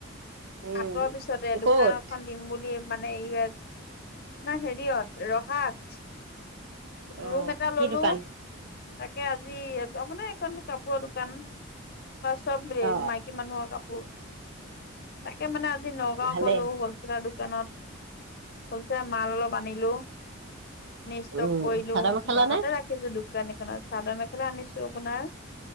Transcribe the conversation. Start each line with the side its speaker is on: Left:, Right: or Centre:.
Right: উম
Left: কাটৰ পিছতে
Right: ক'ত
Left: দোকান এখন দিম বুলি মানে এইয়াট আপোনাৰ হেৰিয়ত ৰহাত
Right: অ
Left: ৰুম এটা
Right: কি
Left: ললো
Right: দোকান
Left: তাকে আজি মানে কাপোৰৰ দোকান চব
Right: অ
Left: মাইকী মানুহৰ কাপোৰ তাকে মানে আজি নগাঁও
Right: ভালেই
Left: গ'লো হলছেলৰ দোকানত। হলছেল মাল অলপ আনিলো। ষ্টক
Right: উম
Left: কৰিলো
Right: চাদৰ মেখেলা
Left: দাঙৰপা
Right: নে
Left: ৰাখিছো দোকান চাদৰ মেখেলা আনিছো আপোনাৰ